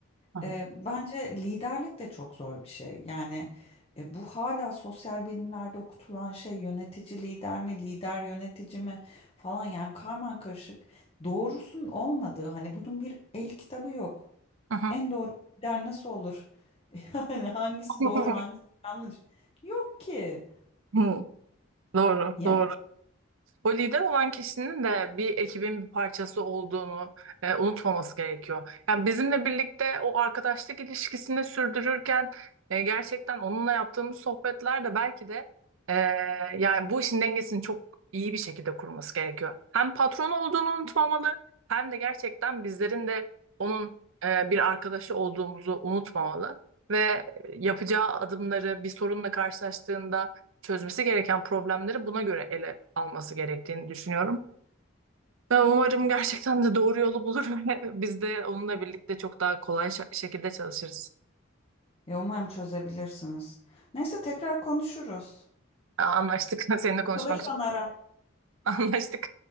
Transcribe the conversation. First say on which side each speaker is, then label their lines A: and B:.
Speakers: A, on the right; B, on the left.
A: Hı hı.
B: E, bence liderlik de çok zor bir şey. Yani e, bu hala sosyal bilimlerde okutulan şey yönetici lider mi, lider yönetici mi falan yani karman karışık doğrusun olmadığı hani bunun bir el kitabı yok.
A: Hı hı.
B: En doğru lider nasıl olur? <laughs> Yani hangisi
A: <laughs>
B: doğru, hangisi yanlış? Yok ki.
A: Hı, Doğru,
B: Ya,
A: doğru. O lider olan kişinin de bir ekibin bir parçası olduğunu e, unutmaması gerekiyor. Yani bizimle birlikte o arkadaşlık ilişkisini sürdürürken e, gerçekten onunla yaptığımız sohbetler de belki de e, yani bu işin dengesini çok iyi bir şekilde kurması gerekiyor. Hem patron olduğunu unutmamalı hem de gerçekten bizlerin de onun e, bir arkadaşı olduğumuzu unutmamalı ve e, yapacağı adımları bir sorunla karşılaştığında çözmesi gereken problemleri buna göre ele alması gerektiğini düşünüyorum. Ve umarım gerçekten de doğru yolu bulur ve <laughs> biz de onunla birlikte çok daha kolay şa- şekilde çalışırız.
B: ya umarım çözebilirsiniz. Neyse tekrar konuşuruz.
A: Aa, Anlaştık. <laughs> Seninle konuşmak
B: Sıkılırsan
A: için
B: ara.
A: <laughs> anlaştık.